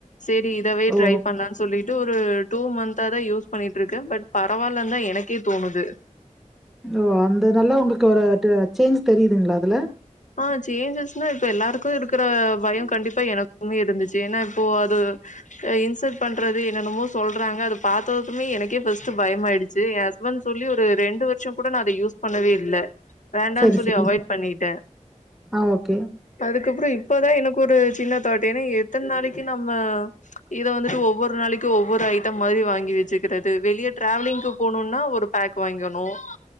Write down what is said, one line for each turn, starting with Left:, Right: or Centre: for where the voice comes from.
Left: சேரி இதவே
Centre: ஓ!
Left: ட்ரை பண்லான் சொல்லீட் டூரு டூ மன்த்தா தா யூஸ் பண்ணிட்ருக்கே பட் பரவால்லன்தா எனக்கே தோணுது
Centre: ஓ அந்த நல்லா உங்களுக்கு ஒரு ட்ர சேஞ்ச் தெரியிதுங்களா அதுல
Left: ஆ சேஞ்சஸ்னா இப்ப எல்லாருக்கு இருக் <unintelligible> பயோ கண்டிப்பா எனக்குமே இருந்துச்சி ஏன்னா இப்போ அது இன்சல்ட் பண்றது என்னென்னமோ சொல்றாங்க அதை பாத்ததுமே எனக்கே ஃபஸ்ட் பயமா ஆயிடுச்சு பண்ட் சொல்லி ஒரு ரெண்டு வருஷோ கூட நா அத யூஸ் பண்ணவே இல்ல வேண்டான்
Centre: சரி,
Left: சொல்லி
Centre: சரி.
Left: அவாய்ட் பண்ணீட்ட
Centre: ஆ ஓகே
Left: அதுக்கப்பறோ இப்பதா எனக்கு ஒரு சின்ன தாட் ஏன்னா எத்தன் நாளைக்கு நம்ம இத வந்துட்டு ஒவ்வொரு நாளைக்கு ஒவ் ஒரு ஐட்டம் மாதிரி வாங்கி வச்சுக்கிறது வெளியே டிராவலிங்கு போணும்னா ஒரு பேக் வாங்கணும்